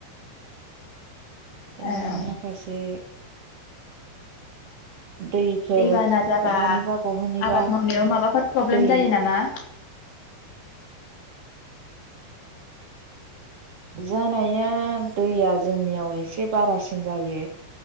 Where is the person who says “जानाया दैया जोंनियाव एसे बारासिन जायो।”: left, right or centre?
Right